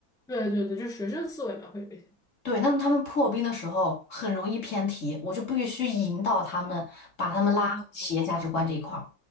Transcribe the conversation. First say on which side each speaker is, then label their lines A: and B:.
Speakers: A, in the centre; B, on the left.
A: 对对对，就学生思维嘛，会有一些。
B: 对，那他们破冰的时候很容易偏题，我就必须引导他们，把他们拉回企业价值观这一块儿。
A: 哦，